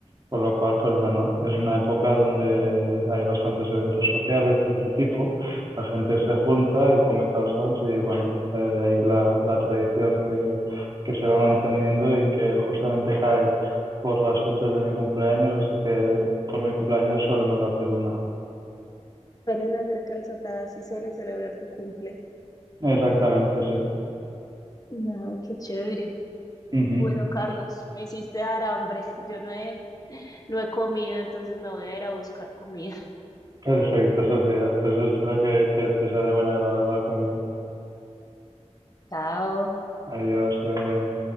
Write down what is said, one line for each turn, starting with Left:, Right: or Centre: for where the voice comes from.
Right: Con lo cual, pues bueno, es una época donde hay bastantes eventos sociales de este tipo, la gente se junta y come calçots y bueno, eh, de ahí la, la tradición que, que se va manteniendo y que justamente cae por las fechas de mi cumpleaños, así que por mi cumpleaños solemos hacer una.
Left: Suelen hacer calzotadas y suelen celebrar tu cumple.
Right: Exactamente, sí.
Left: Ay, qué chévere.
Right: Ujú.
Left: Bueno, Carlos, me hiciste dar hambre. Yo no he, no he comido, entonces me voy a ir a buscar comida.
Right: Perfecto, Sofía. Pues espero que, que te sea de buen agrado la comida.
Left: <laughs> Chao.
Right: Adiós, que vaya bien.